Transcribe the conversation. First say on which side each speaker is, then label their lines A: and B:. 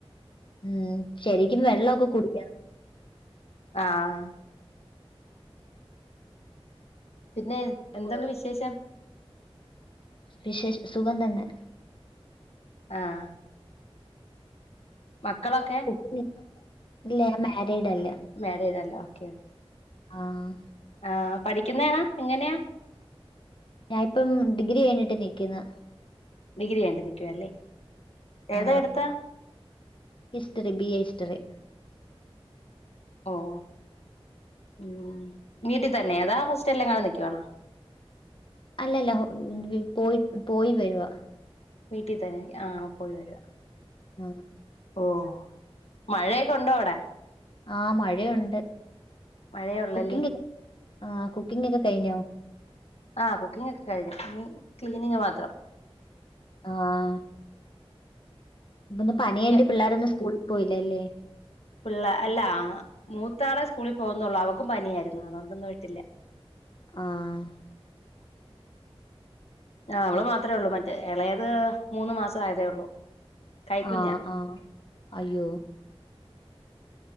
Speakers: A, on the left; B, on the left.
A: ഉം ശെരിക്കും വെള്ളൊക്കെ കുടിക്കണം.
B: ആഹ്. പിന്നെ എന്തുണ്ട്
A: ഫു-
B: വിശേഷം?
A: വിശേഷം സുഖം തന്നെ.
B: ആഹ് മക്കളൊക്കെ?
A: കുട്ടികളില്ല ഞാൻ മാരിഡ് അല്ല.
B: മാരീഡല്ല ഓക്കെ ഓ
A: ആഹ്.
B: ആഹ് പഠിക്കുന്നാണോ എങ്ങനെയാ?
A: ഞാൻപ്പം ഡിഗ്രി കഴിഞ്ഞിട്ട് നിക്കുന്നു
B: ഡിഗ്രി കഴിഞ്ഞിട്ട് നിക്കുവാല്ലേ ഏതാ
A: ആ
B: എടുത്തേ
A: ഹിസ്റ്ററി ബി എ ഹിസ്റ്ററി
B: ഓഹ് വീട്ടി തന്നെയാ അതോ ഹോസ്റ്റലിൽ എങ്ങാനും നിക്കുവാണോ
A: അല്ലല്ല പോയി പോയി വരുവാ
B: വീട്ടി തന്നെ ആ പോയി വരുവാ
A: ഉം
B: ഓഹ് മഴയൊക്കെ ഉണ്ടോ അവിടെ?
A: ആഹ് മഴയുണ്ട്
B: മഴയുള്ളല്ലേ
A: കുക്കിംഗ് ആഹ് കുക്കിംഗ് ഒക്കെ കഴിഞ്ഞോ?
B: ആഹ് കുക്കിംഗ് ഒക്കെ കഴിഞ്ഞു ഇനി ക്ലീനിങ് മാത്രം
A: ആഹ് ഇന്ന് പനിയായോണ്ട്
B: യ്യ
A: പിള്ളേരൊന്നും സ്കൂളിൽ പോയില്ലല്ലേ
B: പിള്ള അല്ല മൂത്താളെ സ്കൂളിൽ പോവുന്നുള്ളൂ അവക്കും പനിയായിരുന്നു അതൊണ്ടിന്ന് വിട്ടില്ലാ
A: ആഹ്
B: ആഹ് അവള് മാത്രേ ഉള്ളൂ മറ്റേ എളയത് മൂന്ന് മാസം ആയതേ ഉള്ളൂ കൈക്കുഞ്ഞാ
A: ആഹ് ആഹ് അയ്യോ